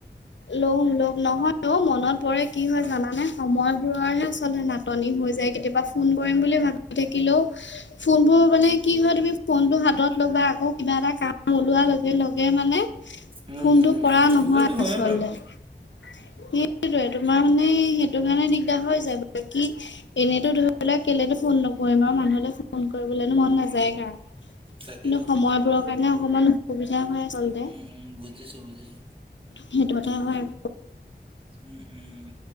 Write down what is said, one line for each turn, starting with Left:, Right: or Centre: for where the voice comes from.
Left: ল'ম ল'ম। নহয় অ'। মনত পৰে কি হয় জানা? মানে সময়বোৰৰহে আচলতে নাটনি হৈ যায়। কেতিয়াবা ফোন কৰিম বুলি ভাবি থাকিলেও, ফোনবোৰ মানে কি হয়, তুমি ফোনটো হাতত ল'বা আকৌ কিবা এটা কাম ওলোৱা লগে লগে মানে,
Right: উম,
Left: ফোনটো
Right: উম,
Left: কৰা
Right: উম, সেইটোতো
Left: নহয়
Right: হয়ে
Left: আচলতে!
Right: বাৰু
Left: সেইটোয়ে, তোমাৰ মানে সেইটো কাৰণে দিগদাৰ হৈ যায়। বাকী, এনেতো ধৰি লোৱা কেলে ফোন নকৰিম আৰু! মানুহলে ফোন কৰিবলেনো মন নাযায় কাৰ? কিন্তু
Right: তাকেতো
Left: সময়বোৰৰ কাৰণে অকমান অসুবিধা হয়। আচলতে
Right: উম উম, বুজিছো বুজিছো।
Left: সেইটো কথাই হয় আক!
Right: উম উম।